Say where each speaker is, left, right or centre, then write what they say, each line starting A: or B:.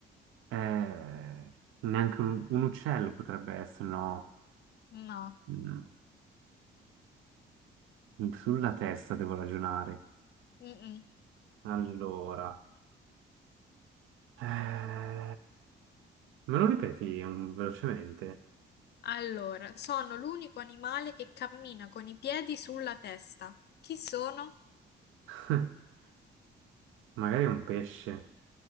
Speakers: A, on the right; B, on the left.
A: Eh, neanche un, un uccello potrebbe essere, no?
B: No.
A: Mm, Sulla testa devo ragionare.
B: Mm-mm.
A: Allora, eh, me lo ripeti un- velocemente?
B: Allora, sono l'unico animale che cammina con i piedi sulla testa. Chi sono?
A: <laughs> Magari è un pesce.